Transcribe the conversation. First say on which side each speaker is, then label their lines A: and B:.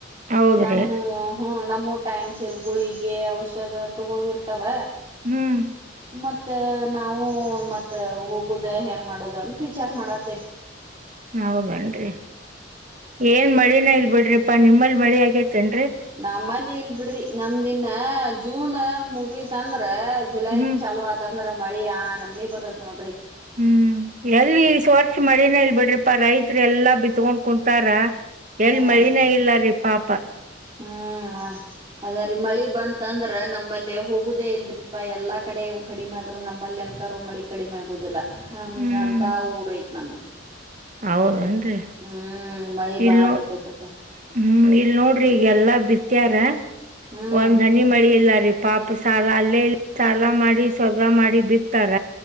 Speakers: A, on the right; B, on the right.
A: ಹೌದ್ರಿ
B: ನಮ್ಮೂ ಹ್ಮ್ ನಮ್ಮೂ ಟೈಮ್ಸರ್ಗುಳಿಗೆ ಔಷಧ ತಗೋಿರ್ತಾವ.
A: ಹ್ಮ್.
B: ಮತ್ತು ನಾವು ಮತ್ತು ಹೋಗೋುದ ಹೆಂಗೆ ಮಾಡೋುದ ಅಂತ ವಿಚಾರ ಮಾಡತ್ತೇ.
A: ಹೌದೇನ್ರಿ ಏನ್ ಮಳಿನ ಇಲ್ ಬಿಿಡ್ರಿಪ್ಪಾ ನಿಮ್ಮಲ್ಲಿ ಮಳಿ ಆಗೇತಿ. <unintelligible>
B: ನಮ್ಮಲ್ಲಿ ಇಲ್ ಬಿಡ್ರಿ ನಮ್ದಿನ ಜೂನ್ ಮುಗ ಅಂದ್ರ ಜುಲೈ
A: ಹ್ಮ್
B: ಚಲುವತಂದ್ರ. ಮಳಿಾ ನಮನಿ ಬರ್ತತ್ ನೋ.
A: ಹ್ಮ್ ಎಲ್ಲಿ ಸರ್ಚ್ ಮಳಿನ ಇಲ್ ಬಿಡ್ರಿ. ಪಾಪ ರೈತ್ ಎಲ್ಲಾ ಬಿ ತಗೊಂಡ್ ಕುಂತಾರ
B: ಹ್ಮ್
A: ಎಲ್ ಮಳಿನ ಇಲ್ಲ ರೀ ಪಾಪ.
B: ಹ್ಮ್. ಅದ್ರೀ ಮಳಿ ಬಂತಂದ್ರ ನಮ್ಮಲ್ಲಿ ಹೋಗುದೇ ಇಲ್ರಿಪಾ ಎಲ್ಲಾ ಕಡೆ ಕಡಿಮೆ ಆದ್ರು ನಮ್ಮಲ್ಲಿ. ನ್ ಕ ಮಾಡಿ ಕಡಿಮೆ ಆಗುದಿಲ್ಲ ಹಂಗ
A: ಹ್ಮ್
B: ಅಂತ ಊರಐತ್ ನಮ್ದ.
A: ಹೌದನ್ರಿ.
B: ಹ್ಮ್ ಮಳಿ
A: ಇಲ್
B: ಬಾಳ್
A: ನೋ
B: ಬರ್ತೈತ್ರಿಪಾ
A: ಹ್ಮ್ ಇಲ್ ನೋಡ್ರಿ ಈಗ ಎಲ್ಲಾ ಬಿತ್ಯಾರ.
B: ಹ್ಮ್
A: ಒಂದ್ ಹನಿ ಮಳಿ ಇಲ್ಲ ರೀ. ಪಾಪ ಸಾಲ ಅಲ್ಲೇ ಇಲ್ಲಿ ಸಾಲ ಮಾಡಿ ಸ್ವರ್ಗ ಮಾಡಿ ಬಿತಾರ.